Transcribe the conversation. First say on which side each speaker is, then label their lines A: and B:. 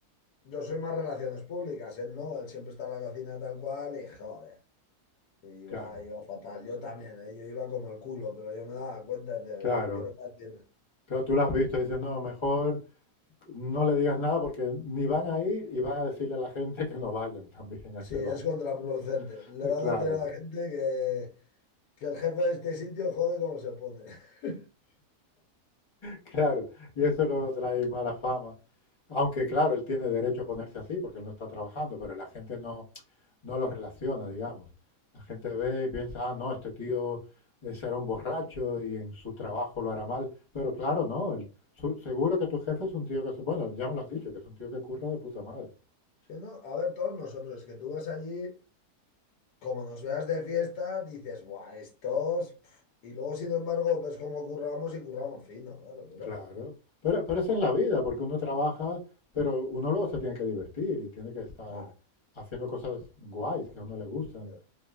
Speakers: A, on the left; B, on the left.
A: Yo soy más relaciones públicas, él no, él siempre está en la cocina tal cual, y joder, iba,
B: Claro,
A: iba fatal. Yo también, ¿eh? Yo iba como el culo, pero yo me daba cuenta, decía,
B: claro.
A: "¿Qué le voy a decir.
B: Pero tú lo has visto, dices, no, mejor no le digas nada porque ni van a ir y van a decirle a la gente que no vayan <laughs> también a
A: Sí,
B: ese
A: es
B: bar.
A: contraproducente.
B: <laughs>
A: Le van
B: Claro,
A: a decir a la gente que, que el jefe de este sitio jode como se pone. <laughs>
B: claro. Y eso luego
A: Ujú.
B: trae mala fama. Aunque claro, él tiene derecho a ponerse así porque él no está trabajando, pero la gente no, no los relaciona, digamos. La gente ve y piensa, ah, no, este tío eh, será un borracho y en su trabajo lo hará mal. Pero claro, no, el- su- seguro que tu jefe es un tío que, se- bueno, ya me lo has dicho, que es un tío que curra de puta madre.
A: Sí, no, a ver, todos nosotros, que tú vas allí, como nos veas de fiesta, dices, buah, estos. pf". Y luego, sin embargo, ves cómo curramos y curramos fino, claro, pero.
B: Claro, pero, pero esa es la vida, porque uno trabaja, pero uno luego se tiene que divertir y tiene que estar
A: ah,
B: haciendo cosas guays que a uno le gustan.
A: tío,